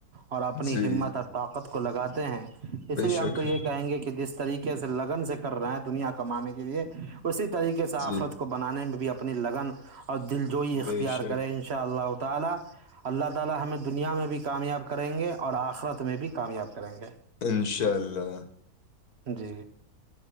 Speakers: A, on the right; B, on the left.
A: اور اپنی
B: جی
A: ہمت اور طاقت کو لگاتے ہیں اس
B: بے
A: لیے
B: شک
A: ہم تو یہ کہیں گے کہ جس طریقے کیسے لگن سے کر رہے ہیں دنیا کمانے کے جی لیے اسی طریقے سے آخرت
B: جی
A: کو بنانے میں بھی اپنی لگن اور دل جو ہی اختیار
B: بے شک
A: کریں ان شاء اللہ تعالی اللہ تعالی ہمیں دنیا میں بھی کامیاب کریں گے اور اخرت میں بھی کامیاب کریں گے
B: انشاءاللہ
A: جی